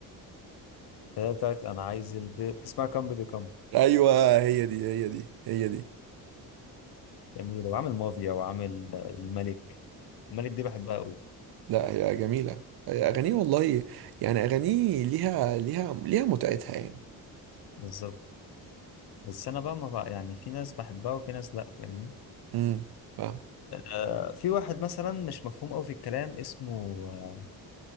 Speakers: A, on the left; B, on the right.
A: اللي هي بتاعت انا عايز الب... اسمها كام بيبي كام
B: أيوه هي دي هي دي هي دي
A: جميل وعامل مافيا وعامل آه، الملك الملك دي بحبها قوي
B: لا هي جميلة هي أغانيه والله يعني أغانيه ليها ليها ليها متعتها يعني
A: بالظبط بس انا بقى ما بقى يعني في ناس بحبها وفي ناس لا فاهمني
B: امم فاهم
A: آه في واحد مثلا مش مفهوم قوي في الكلام اسمه آه